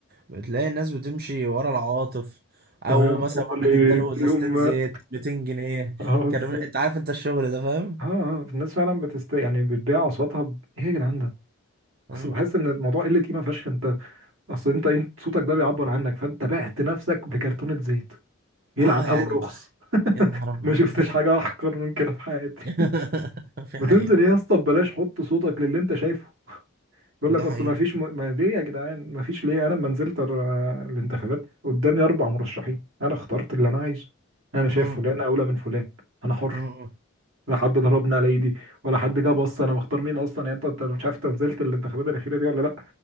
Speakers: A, on the right (about 45°); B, on the right (about 65°).
A: بتلاقي الناس بتمشي ورا العواطف او
B: ايوه
A: مثلا
B: الحوار
A: واحد
B: اللي
A: اداله
B: يديهم
A: ازازتين زيت
B: <laughs>
A: 200 جنيه
B: اه بالظبط
A: كرم انت عارف انت الشغل ده فاهم
B: اه اه الناس فعلا بتست يعني بتبيع اصواتها ب... ايه يا جدعان ده
A: مم.
B: اصل بحس ان الموضوع قله قيمه فشخ انت اصل انت انت صوتك ده بيعبر عنك فانت بعت نفسك بكرتونه زيت يلعن
A: اه يعني
B: ابو الرخص
A: يا نهار ابيض
B: ما شفتش حاجه احقر من كده في حياتي
A: <laughs> في
B: ما
A: حقيقة
B: تنزل يا
A: بقى
B: اسطى ببلاش حط صوتك للي انت شايفه بيقول لك
A: دي
B: اصل
A: حقيقة
B: ما فيش م... ما ليه يا جدعان ما فيش ليه انا لما نزلت ال- الانتخابات قدامي اربع مرشحين انا اخترت اللي انا عايزه انا شايف
A: مم.
B: فلان اولى من فلان انا حر
A: مم.
B: لا حد ضربني على ايدي ولا حد جه بص انا مختار مين اصلا يعني انت أنت مش عارف انت نزلت الانتخابات الاخيره دي ولا لا